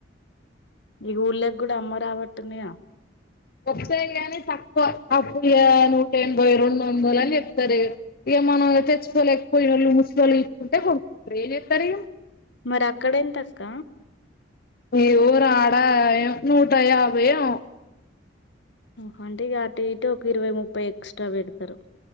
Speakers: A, on the left; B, on the left.
A: ఇగ ఊల్లేకి కూడా అమ్మ రావట్టున్నియా
B: వస్తాయి కానీ తక్కువ అకు నూట ఎనభై రెండు వందలు అని చెప్తారు ఇక ఇగ మనం తెచ్చుకోలేక పోయినళ్ళు ముసలొల్లు ఇసుకుంటే కొనుకుంటారు ఏం చెత్తారు ఇగ
A: మరక్కడెంతక్క?
B: ఈ వోరు ఆడ ఆయ నూట యాభైయో
A: ఓహో అంటే ఇక అటు ఇటు ఒక ఇరవై ముప్పై ఎక్స్ట్రా పెడతారు.